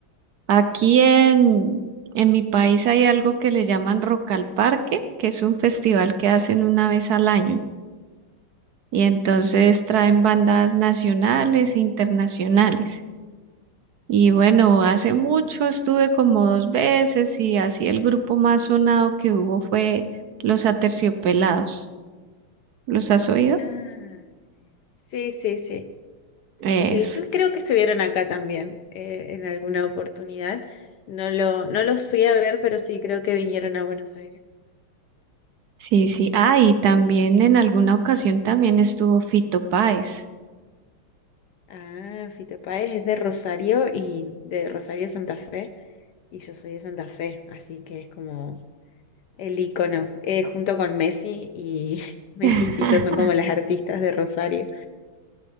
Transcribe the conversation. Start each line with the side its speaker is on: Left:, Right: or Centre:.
Right: Aquí en, en mi país hay algo que le llaman Rock al Parque, que es un festival que hacen una vez al año. Y entonces traen bandas nacionales e internacionales. Y bueno, hace mucho estuve como dos veces y así el grupo más sonado que hubo fue Los Aterciopelados. ¿Los has oído?
Left: Ah, sí. Sí, sí, sí.
Right: Eso.
Left: Sí, estu- creo que estuvieron acá también eh, en alguna oportunidad. No lo, no los fui a ver, pero sí creo que vinieron a Buenos Aires.
Right: Sí, sí. Ah, y también en alguna ocasión también estuvo Fito Páez.
Left: Ah, Fito Páez es de Rosario y de Rosario Santa Fe, y yo soy de Santa Fe, así que es como el ícono, eh, junto con Messi y <laughs> Messi
Right: <laughs>
Left: y Fito son como las artistas de Rosario.